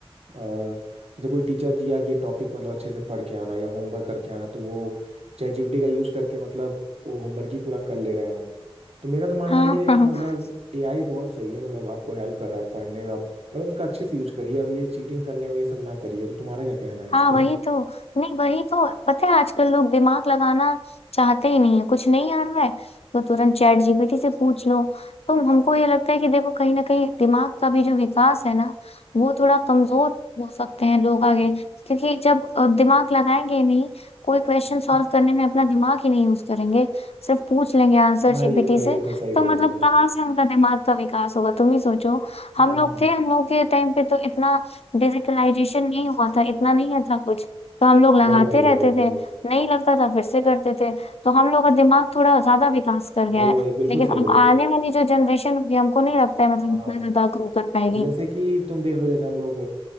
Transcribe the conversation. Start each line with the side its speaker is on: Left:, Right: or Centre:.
Right: अ, जैसे कोई टीचर दिया कि ये टॉपिक मतलब अच्छे से पढ़ के आना या होमवर्क करके आना तो वो चैट जीपीटी का यूज करके मतलब वो होमवर्क ही पूरा कर ले रहे हैं तो मेरा तो मानना
Left: हाँ
Right: ये है कि मतलब
Left: <laughs>
Right: एआई बहुत सही है मतलब आपको हेल्प कर रहा है पढ़ने में आप मतलब उसका अच्छे से यूज करिए अब ये चीटिंग करने में ये सब ना करिए तो तुम्हारा क्या कहना है
Left: हाँ
Right: इस पे
Left: वही तो नहीं वही तो पता है आजकल लोग दिमाग लगाना चाहते ही नहीं है कुछ नहीं आ रहा है तो तुरंत चैट जीपीटी से पूछ लो तो हमको ये लगता है कि देखो कहीं ना कहीं दिमाग का भी जो विकास है ना वो थोड़ा कमजोर हो सकते हैं लोग आगे क्योंकि जब अ, दिमाग लगाएंगे ही नहीं कोई क्वेश्चन
Right: हम्म,
Left: सॉल्व करने में अपना दिमाग ही नहीं यूज करेंगे सिर्फ पूछ लेंगे आंसर
Right: हाँ
Left: जीपीटी
Right: ये तो
Left: से
Right: ये तो सही
Left: तो
Right: बोल
Left: मतलब
Right: रही हो
Left: कहाँ से उनका दिमाग का विकास होगा तुम ही सोचो हम
Right: हाँ
Left: लोग
Right: हाँ,
Left: थे हम लोग के टाइम पे तो इतना डिजिटलाइजेशन नहीं हुआ था इतना नहीं था कुछ तो हम लोग लगाते
Right: वही वही
Left: रहते
Right: वही वही
Left: थे नहीं लगता था फिर से करते थे तो हम लोग का दिमाग थोड़ा ज्यादा विकास कर गया
Right: वही
Left: है
Right: वही बिल्कुल
Left: लेकिन
Right: सही
Left: अब
Right: बोले हो
Left: आने वाली जो जनरेशन होगी हमको नहीं लगता है मतलब
Right: हाँ
Left: इतना ज्यादा ग्रो कर पाएगी
Right: अब जैसे कि तुम देख लो जैसे हम लोग